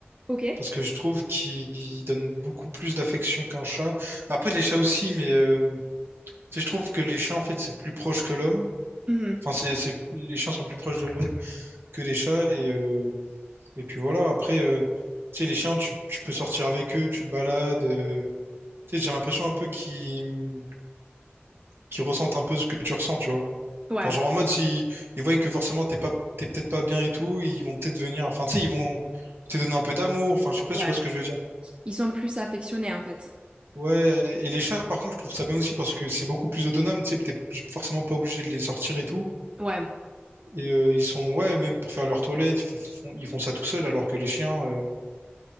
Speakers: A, on the right (about 25°); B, on the right (about 65°).
A: Ok.
B: parce que je trouve qu'il donne beaucoup plus d'affection qu'un chat. Après, les chats aussi, mais euh, tu sais, je trouve que les chiens, en fait, c'est plus proche que l'homme.
A: Mhm.
B: Enfin, c'est, c'est... les chiens sont plus proches de l'homme que les chats, et, euh, et puis voilà. Après, euh, tu sais, les chiens, tu, tu peux sortir avec eux, tu te balades. euh, Tu sais, j'ai l'impression un peu qu'ils qu'ils ressentent un peu ce que tu ressens, tu vois.
A: Ouais,
B: Enfin, genre en mode, si ils voient que forcément t'es pas, t'es peut-être pas bien et tout, ils vont peut-être venir. Enfin, tu sais, ils vont te donner un peu d'amour. Enfin, je sais pas si
A: ouais.
B: tu vois ce que je veux dire.
A: Ils sont plus affectionnés en fait.
B: Ouais, et les chats, par contre, je trouve ça bien aussi parce que c'est beaucoup plus autonome. Tu sais, t'es forcément pas obligé de les sortir et tout.
A: Ouais,
B: Et euh, ils sont, ouais, même pour faire leur toilette, ils font, font- ils font ça tout seuls alors que les chiens, euh,